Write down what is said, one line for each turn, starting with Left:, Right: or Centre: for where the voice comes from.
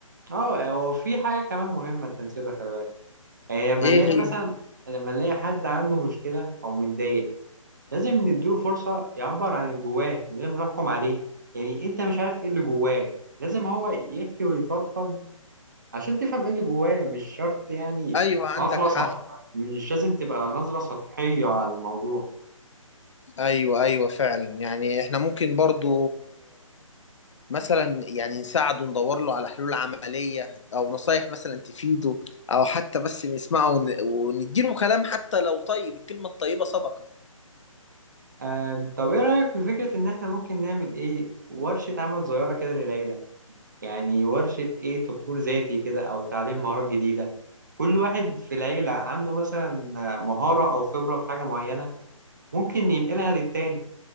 Right: اه هو في حاجة كمان مهمة انت نسيتها خلي بالك يعني لما
Left: إيه
Right: نلاقي
Left: هي؟
Right: مثلا لما نلاقي حد عنده مشكلة او متضايق لازم نديله فرصة يعبر عن اللي جواه من غير ما نحكم عليه يعني انت مش عارف ايه اللي جواه لازم هو يحكي ويفضفض عشان تفهم ايه اللي جواه مش شرط يعني
Left: أيوة
Right: تبقى
Left: عندك
Right: نظرة
Left: حق
Right: صح <laughs> مش لازم تبقى نظرة سطحية على الموضوع
Left: أيوة أيوة فعلا يعني إحنا ممكن برضه مثلا يعني نساعده ندور له على حلول عملية أو نصايح مثلا تفيده أو حتى بس نسمعه ون- ونديله كلام حتى لو طيب الكلمة الطيبة صدقة
Right: أم، طب ايه رأيك في فكرة ان احنا ممكن نعمل ايه ورشة عمل صغيرة كده للعيلة يعني ورشة ايه تطوير ذاتي كده او تعليم مهارات جديدة كل واحد في العيلة عنده مثلا آه، مهارة او خبرة في حاجة معينة ممكن ينقلها للتاني